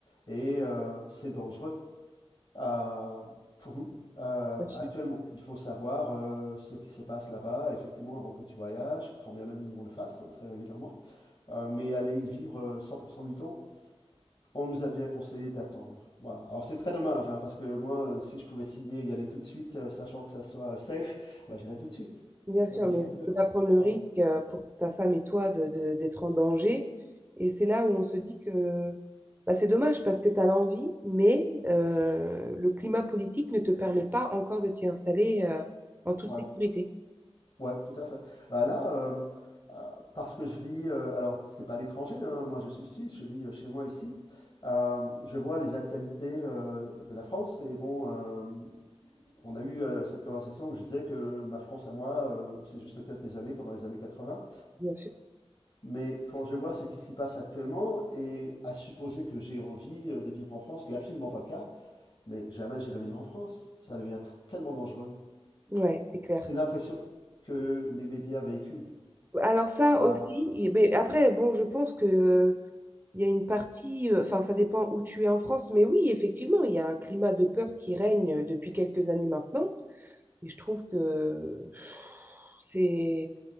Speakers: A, on the left; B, on the right.
A: et euh, c'est dangereux euh, pour nous euh,
B: bien sûr,
A: actuellement. Il faut savoir euh, ce qui se passe là-bas, effectivement, avant que tu voyages, quand bien même nous on le fasse hein, très régulièrement, Euh, mais aller y vivre euh, 100% du temps, on nous a bien conseillé d'attendre. Voilà. Alors c'est très dommage, hein, parce que moi, euh, si je pouvais signer et y aller tout de suite, euh, sachant que ça soit euh, safe, bah, j'irais tout de suite.
B: bien
A: C'est
B: sûr,
A: un pays
B: mais
A: fabuleux.
B: tu peux pas prendre le
A: Ouais,
B: risque euh, pour ta femme et toi de, de- d'être en danger. Et c'est là où on se dit que bah, c'est dommage parce que tu as l'envie, mais euh, le climat politique ne te permet pas encore de t'y installer euh, en toute
A: ouais,
B: sécurité.
A: ouais, tout à fait. Bah là, euh, euh, parce que je vis, euh, alors c'est pas l'étranger, hein, moi je suis suisse, je vis euh, chez moi ici. Euh, je vois les actualités euh, de la France et bon, euh, on a eu euh, cette conversation où je disais que ma France à moi, euh, c'est juste quelques années, pendant les années 80.
B: Bien sûr.
A: Mais quand je vois ce qui s'y passe actuellement, et à supposer que j'ai envie euh, de vivre en France, ce qui n'est absolument pas le cas, mais jamais j'irai vivre en France. Ça devient tr- tellement dangereux.
B: Ouais, c'est clair.
A: C'est l'impression que les médias véhiculent.
B: Alors ça
A: Ah,
B: aussi, et- mais après, bon, je pense que Il y a une partie, euh, enfin ça dépend où tu es en France, mais oui, effectivement, il y a un climat de peur qui règne euh, depuis quelques années maintenant. Et je trouve que c'est